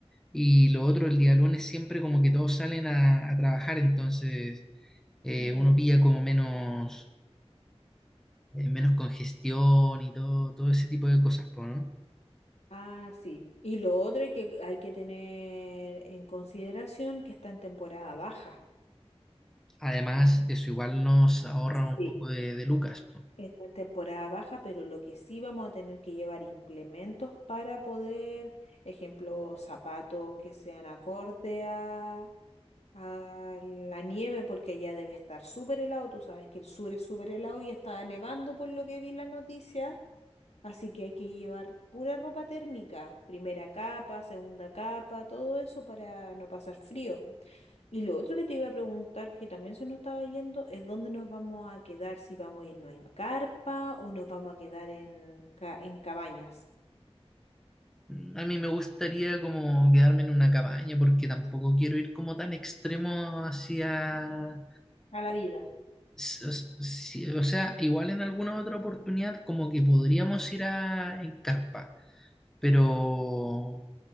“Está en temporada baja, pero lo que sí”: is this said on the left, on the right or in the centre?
Left